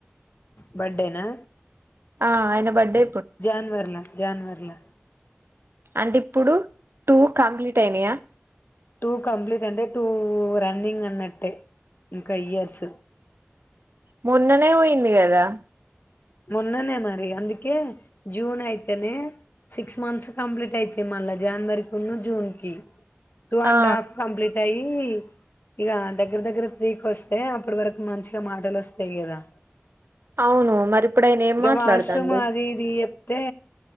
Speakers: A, on the left (about 50°); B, on the right (about 55°).
A: బర్త్డే నా
B: ఆ అయిన బర్డే
A: జనవరిల జనవరిల
B: అంటే ఇప్పుడు టూ కంప్లీట్ అయినాయా
A: టూ కంప్లీట్ అంటే టూ రన్నింగ్ అన్నట్టే ఇంకా ఇయర్స్
B: మొన్ననే పోయింది కదా
A: మొన్ననే మరి అందుకే జూన్ అయితేనే సిక్స్ మంత్స్ కంప్లీట్ అయితాయి మళ్ళా జనవరి కును జూన్ కి టూ అండ్
B: ఆ
A: హాఫ్ కంప్లీట్ తై ఈ ఇక దగ్గర దగ్గర త్రీకి వస్తే అప్పటి వరకు మంచిగా మాటలు వస్తాయి కదా
B: అవును మరి ఇప్పుడు ఆయన ఏం
A: ఇగ
B: మాట్లాడతాండు
A: వాష్రూమ్ అది ఇది చెప్తే